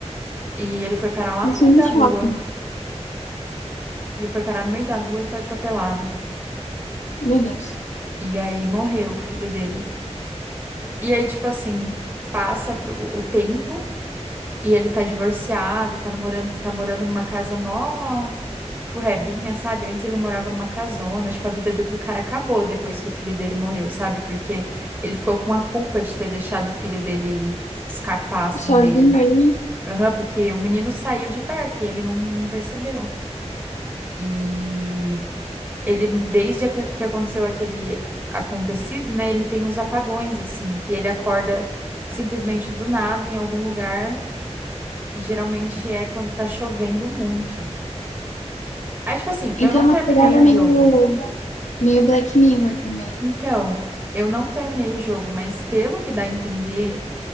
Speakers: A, on the right; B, on the left.
A: E ele foi parar lá
B: Isso
A: no meio
B: no
A: da
B: shopping.
A: rua. Ele foi parar no meio da rua e foi atropelado.
B: Meu Deus.
A: E aí morreu o filho dele. E aí, tipo assim, passa pro, o tempo E ele tá divorciado, tá namorando, tá morando numa casa mó furrebinha, sabe? Antes ele morava numa casona, tipo, a vida de- do cara acabou depois que o filho dele morreu, sabe? Porque ele ficou com a culpa de ter deixado o filho dele escapar, assim,
B: Sozinho
A: dele.
B: ali.
A: Aham, porque o menino saiu de perto e ele não percebeu. E ele, desde que que aconteceu aquele acontecido, né? Ele tem uns apagões, assim, que ele acorda simplesmente do nada em algum lugar e geralmente é quando tá chovendo muito. Aí, tipo assim,
B: Então
A: eu não
B: é uma
A: terminei
B: pegada
A: o
B: meio,
A: jogo.
B: meio Black Mirror também.
A: Então, eu não terminei o jogo, mas pelo que dá a entender,